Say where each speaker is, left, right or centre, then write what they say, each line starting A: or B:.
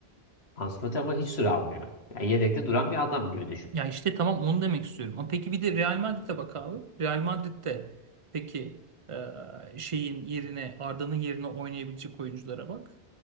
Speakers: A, on the left; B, on the right.
A: Ansu Fati ama hiç süre almıyor. Yani yedekte duran bir adam gibi düşün.
B: Ya işte tamam onu demek istiyorum. Ama peki bir de Real Madrid'e bak abi. Real Madrid'de peki e, şeyin yerine Arda'nın yerine oynayabilecek oyunculara bak.